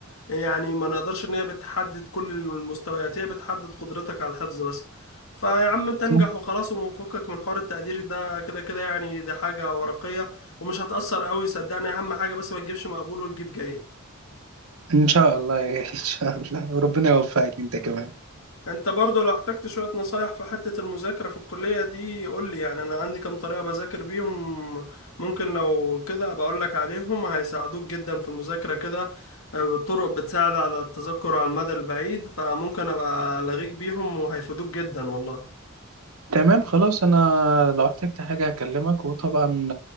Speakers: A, on the left; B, on the right.
A: يعني ما نقدرش ان هي بتحدد كل المستويات هي بتحدد قدرتك على الحفظ بس فيا عم انت انجح
B: <laughs>
A: وخلاص وفكك من حوار التقدير ده كده كده يعني دي حاجة ورقية ومش هتأثر قوي صدقني اهم حاجة بس ما تجيبش مقبول وتجيب جيد
B: ان شاء الله يا- <laughs> ان شاء الله وربنا يوفقك انت كمان
A: انت برضو لو احتجت شوية نصايح في حتة المذاكرة في الكلية دي قول لي يعني انا عندي كام طريقة بذاكر بيهم ممكن لو كده بقول لك عليهم هيساعدوك جدا في المذاكرة كده آه، طرق بتساعد على التذكر على المدى البعيد فممكن ابقى الغيك بيهم وهيفيدوك جدا والله
B: تمام خلاص انا لو احتجت حاجه هكلمك وطبعا